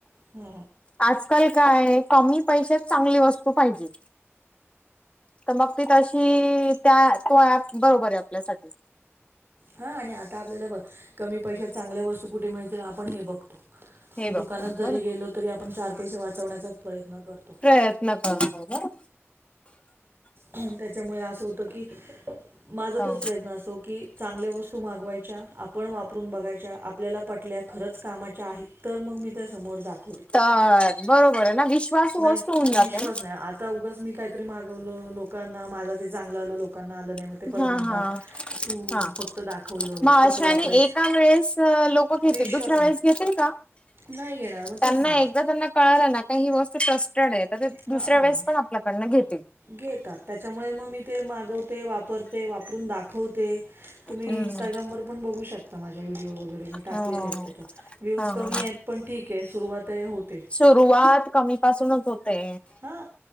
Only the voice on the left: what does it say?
आजकाल काय आहे. कमी पैशात चांगली वस्तू पाहिजे. तर मग ती तशी त्या तो ऍप बरोबर आहे आपल्यासाठी.
हे बघतो
बरोबर
<inaudible> <inaudible>
हा
तर बरोबर आहे ना विश्वास
वस्त होऊन जाते
ना
ना
हा
हा हा
मग
अशाने
एका वेळेस लोक घेतील
दुसऱ्या
वेळेस घेतील का?
त्यांना
एकदा त्यांना कळलं ना का ही वस्त ट्रस्टड आहे. तर
दुसऱ्या वेळेस पण, आपल्याकडन घेतील.
हम्म.
हो हो
हो
हा हा
हा.
सुरुवात कमीपासूनच होते.